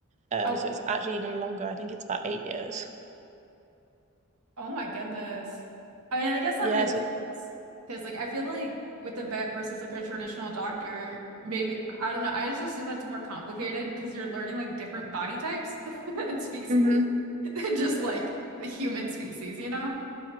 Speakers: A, on the right; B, on the right.
A: Um,
B: oh,
A: so it's actually even longer. I think it's about eight years.
B: oh my goodness. I mean, I guess that
A: Yeah,
B: makes
A: so
B: sense because like I feel like with the vet versus like a traditional doctor, maybe I don't know. I just assume that's more complicated because you're learning like different body types <laughs> and species.
A: hmm
B: <laughs> than just like the human species, you know?